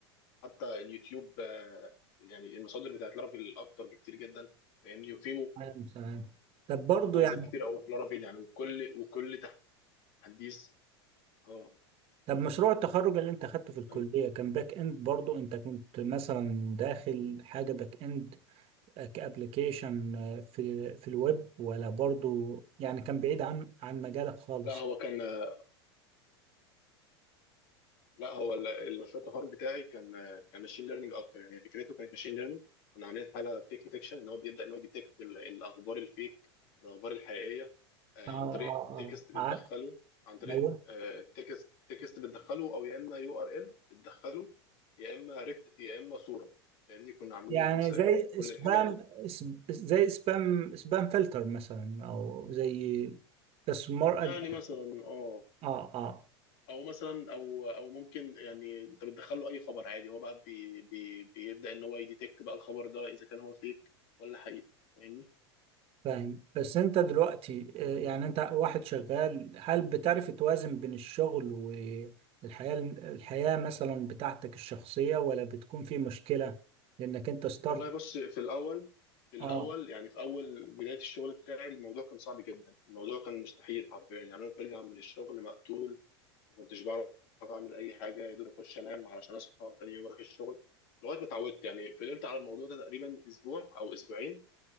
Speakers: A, on the left; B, on the right.
A: حتى اليوتيوب آه، يعني المصادر بتاعت لارافيل اكتر بكتير جدا فاهمني وفي
B: تمام تمام طب برضه
A: مميزات
B: يعني
A: كتير قوي في لارافيل يعني وكل وكل تحديث اه
B: طب مشروع التخرج اللي انت خدته في الكلية
A: كمل.
B: كان باك اند برضو انت كنت مثلا داخل حاجة باك اند كابليكيشن في في الويب ولا برضو يعني كان بعيد عن عن مجالك خالص
A: لا هو كان آه، لا هو ال- المشروع التخرج بتاعي كان كان ماشين ليرنينج اكتر يعني فكرته كانت ماشين ليرنينج كنا عاملين حاجه فيك ديتكشن ان هو بيبدا ان هو يديتكت ال- الاخبار الفيك والاخبار الحقيقيه آه،
B: اه
A: عن
B: اه
A: طريق تكست بتدخله
B: اه ع-
A: عن طريق
B: ايوه
A: تكست تكست بتدخله او يا اما يو ار ال بتدخله يا اما ريكت يا اما صوره لان كنا عاملين
B: يعني زي
A: آه، كل
B: سبام
A: الحاجات دي
B: اس- زي سبام سبام فلتر مثلا او زي بس مور
A: يعني
B: أد...
A: مثلا اه
B: اه اه
A: او مثلا او او ممكن يعني انت بتدخل له اي خبر عادي هو بقى بي بي بيبدا ان هو يديتكت بقى الخبر ده اذا كان هو فيك ولا حقيقه فاهمني
B: فاهم بس انت دلوقتي آه، يعني انت واحد شغال هل بتعرف توازن بين الشغل والحياة الحياة مثلا بتاعتك الشخصية ولا بتكون في مشكلة لانك انت ستارت
A: والله بص في الاول في الاول
B: اه
A: يعني في اول بدايه الشغل بتاعي الموضوع كان صعب جدا الموضوع كان مستحيل حرفيا يعني انا برجع من الشغل مقتول ما كنتش بعرف اعمل اي حاجه يا دوب اخش انام علشان اصحى تاني يوم اروح الشغل لغايه ما اتعودت يعني فضلت على الموضوع ده تقريبا اسبوع او اسبوعين